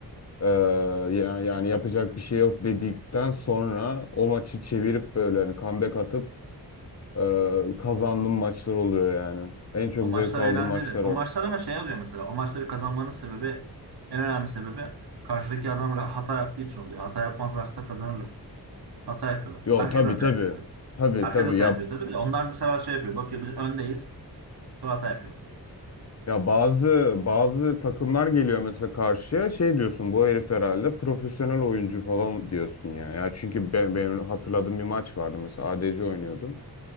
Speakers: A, on the left; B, on the right.
A: Ee, ya- yani yapacak bir şey yok dedikten sonra o maçı çevirip böyle hani comeback atıp e, kazandığım maçlar oluyor yani. En çok
B: O maçlar
A: zevk aldığım
B: eğlenceli.
A: maçlar
B: O
A: o.
B: maçlar ama şey oluyor mesela. O maçları kazanmanın sebebi, en önemli sebebi karşıdaki adam ra- hata yaptığı için oluyor. Hata yapmazlarsa kazanırlar. Hata yapıyorlar.
A: Yo
B: Herkes
A: tabii
B: hata
A: tabii.
B: yapıyor tabii.
A: Tabii
B: Herkes
A: tabii
B: hata
A: ya
B: yapıyor tabii de. Onlar bu sefer şey yapıyor. Bakıyor biz öndeyiz. Sonra hata yapıyorlar.
A: Ya bazı bazı takımlar geliyor mesela karşıya şey diyorsun bu herif herhalde profesyonel oyuncu falan diyorsun ya. Ya çünkü ben, benim hatırladığım bir maç vardı mesela ADC oynuyordum.